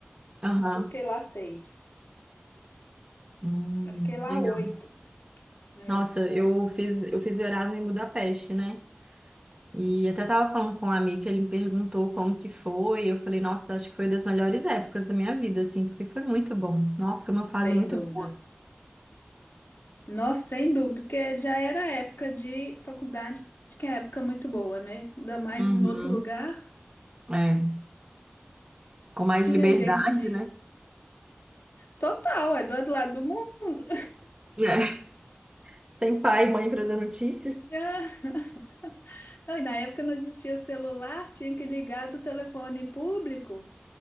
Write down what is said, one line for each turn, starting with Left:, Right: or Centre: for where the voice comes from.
Right: Aham.
Left: Eu fiquei lá seis.
Right: Hum,
Left: Eu fiquei lá
Right: legal.
Left: oito, né?
Right: Nossa, eu fiz, eu fiz o Erasmus em Budapeste, né? E até tava falando com um amigo, ele me perguntou como que foi. Eu falei, nossa, acho que foi das melhores épocas da minha vida, assim, porque foi muito bom. Nossa, foi uma fase
Left: Sem
Right: muito
Left: dúvida.
Right: boa.
Left: Nossa, sem dúvida, porque já era época de faculdade, que é época muito boa, né? Ainda mais
Right: Uhum.
Left: em outro lugar.
Right: É, com mais
Left: Tinha
Right: liberdade,
Left: gente de.
Right: né?
Left: Total, é do outro lado do mundo.
Right: É. <laughs> Sem pai e mãe pra dar notícia.
Left: Ah, <laughs> Não, e na época não existia celular, tinha que ligar do telefone público.